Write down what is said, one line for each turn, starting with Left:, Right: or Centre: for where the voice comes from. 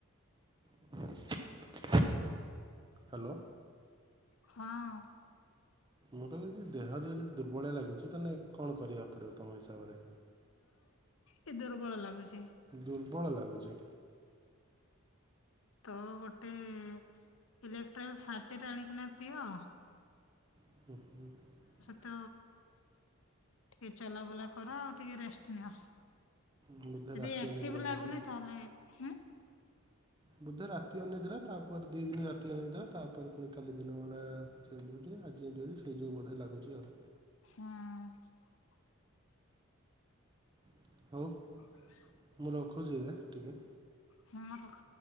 Right: <unintelligible> ହାଲୋ
Left: ହଁ
Right: ମୁଁ କହିଲି କି ଦେହ ଯଦି ଦୁର୍ବଳିଆ ଲାଗୁଛି ତାନେ କଣ କରିବାକୁ ପଡିବ ତମ ହିସାବରେ
Left: ଏ ଦୁର୍ବଳ ଲାଗୁଛି
Right: ଦୁର୍ବଳ ଲାଗୁଛି
Left: ତ ଗୋଟେ ଇଲେକ୍ଟ୍ର ସଚେଟ ଆଣିକିନା ପିଅ
Right: <inaudible>
Left: ତ ଟିକେ ଚଲାବୁଲା କର, ଆଉ ଟିକେ ରେଷ୍ଟ ନିଅ
Right: ବୋଧେ
Left: ଯଦି
Right: ରାତି
Left: ଏକଟିଭ
Right: ଅନିଦ୍ରା
Left: ଲାଗୁନି,
Right: ଯୋଗୁଁ
Left: ତାହଲେ ହୁଁ
Right: ବୋଧେ ରାତି ଅନିଦ୍ରା, ତାପରେ ଦି ଦିନ ରାତି ଅନିଦ୍ରା, ତାପରେ ପୁଣି କାଲି ଦିନ ବେଳେ ଆଜି <unintelligible>
Left: ହଁ
Right: <unintelligible>
Left: <unintelligible>
Right: ମୁଁ ରଖୁଛି ଏ ବେ ଟିକେ
Left: ହଁ ରଖ